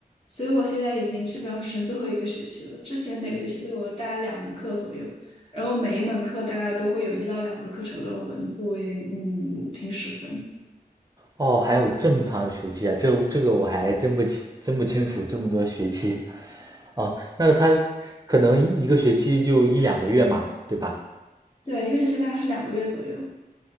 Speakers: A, on the left; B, on the right.
A: 所以我现在已经基本上只剩最后一个学期了。之前每个学期都有大概两门课左右，然后每一门课大概都会有一到两个课程论文作为嗯平时分。
B: 哦，还有这么长的学期啊，这这个我还真不清真不清楚这么多学期啊。那他可能一个学期就一两个月嘛，对吧？
A: 对，一个学期大概是两个月左右。